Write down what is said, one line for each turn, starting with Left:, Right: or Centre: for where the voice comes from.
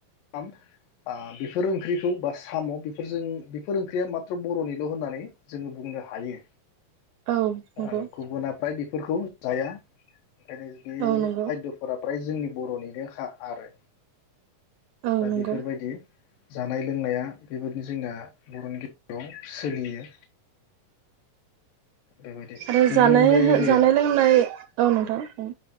Left: फाम बा बेफोर ओंख्रिखौ बा साम' बेफोरजों बेफोर ओंख्रिया माथ्र बरनिल होननानै जोंङो बुंनो हायो
Right: औ नंगौ
Left: ओ गुबुना फ्राय बेफोरखौ जाया ओंखायनो जुदि
Right: औ नंगौ
Left: खायदफोराब फ्राय जोंनि बरनिनो खा आरो
Right: औ
Left: दा
Right: नंगौ
Left: बेफोरबायदि जानाय लोंनाया बेबादि जोंना बरनि गेजेराव सोलियो बेबायदि
Right: आरो
Left: बेनि
Right: जानाय
Left: अनगायैबो
Right: जानाय लोंनाय औ नोंथां औ